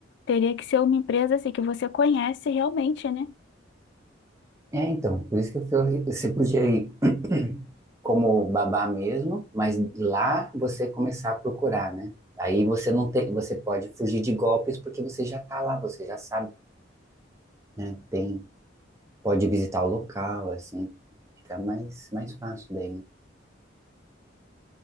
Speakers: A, on the left; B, on the right.
A: teria que ser uma empresa assim que você conhece realmente, né?
B: É, então, por isso que eu falei, você podia ir <clears throat> como babá mesmo, mas lá você começar a procurar, né? Aí você não tem, você pode fugir de golpes porque você já tá lá, você já sabe, né? Tem, pode visitar o local, assim, fica mais, mais fácil daí. né?